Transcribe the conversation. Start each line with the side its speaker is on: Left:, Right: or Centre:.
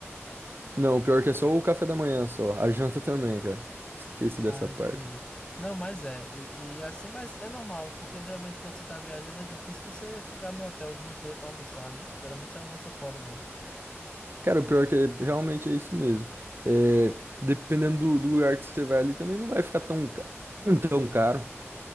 Right: Não, o pior que é só o café da manhã só. A janta também, cara. Esqueci dessa
Left: Ah,
Right: parte.
Left: entendi. Não, mas é. E, e assim, mas é normal, porque geralmente quando você tá viajando é difícil você ficar no hotel o dia inteiro pra almoçar, né? Geralmente você almoça fora mesmo.
Right: Cara, o pior que é, realmente é isso mesmo. É, dependendo do, do lugar que você vai ali, também não vai ficar tão, ca- tão caro.